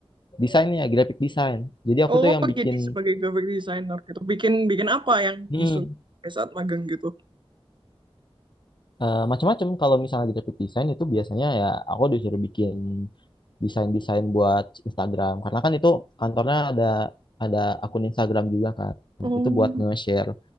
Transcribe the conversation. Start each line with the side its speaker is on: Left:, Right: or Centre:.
Left: desainnya graphic design jadi
Right: Oh,
Left: aku tuh yang bikin
Right: jadi sebagai graphic designer gitu. Bikin bikin apa yang
Left: Hmm.
Right: disuruh pada saat magang gitu?
Left: eh macam-macam kalau misalnya graphic design itu biasanya ya aku disuruh bikin desain desain buat Instagram karena kan itu kantornya ada ada akun Instagram juga kan
Right: Oh.
Left: itu buat nge-share